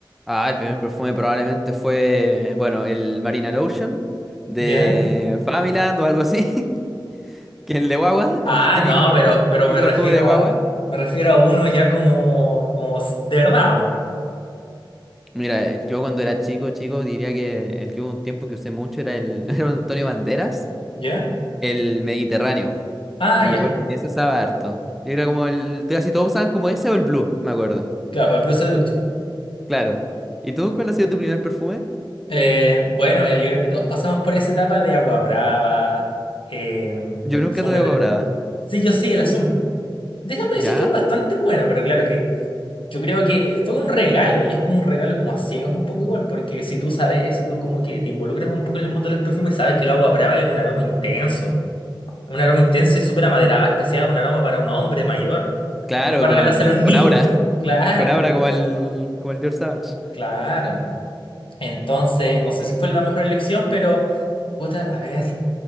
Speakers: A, in the centre; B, on the left (about 80°).
A: Ah, el primer perfume probablemente fue, bueno, el Marina Lotion de
B: ¿Ya?
A: Familand o algo así, <laughs> que el de guagua, el
B: Ah,
A: típico
B: no,
A: perfume,
B: pero,
A: el
B: pero
A: típico
B: me refiero
A: perfume de
B: a,
A: guagua.
B: me refiero a uno ya como, como s- de verdad, po.
A: Mira, eh, yo cuando era chico, chico, diría que el que hubo un tiempo que usé mucho era el, <laughs> era un Antonio Banderas,
B: ¿Ya?
A: el Mediterráneo.
B: Ah,
A: Yo
B: ya,
A: me acuerdo que ese usaba harto. Yo era como el, casi todos usaban como ese o el Blue, me acuerdo.
B: claro, el Blue Seduction.
A: Claro. ¿Y tú cuál ha sido tu primer perfume?
B: Eh, bueno, mira, yo creo que todos pasamos por esa etapa de agua brava, eh,
A: Yo nunca
B: perfume
A: tuve agua
B: de...
A: brava.
B: Sí, yo sí, el azul. Déjame
A: ¿Ya?
B: decir que es bastante bueno, pero claro que yo creo que fue un regalo y es como un regalo como a ciegas un poco igual, porque si tú sabes, si tú como que te involucras un poco en el mundo de los perfumes, sabes que el agua brava es un aroma intenso, un aroma intenso y súper amaderado, especial, un aroma para un hombre mayor,
A: Claro,
B: no para
A: con,
B: regalarse a los niños,
A: con Aura.
B: pero
A: <laughs>
B: claro,
A: Con Aura
B: pero
A: como el, como el George Savage.
B: claro. Entonces, no sé si fue la mejor elección, pero... Puta, a ver.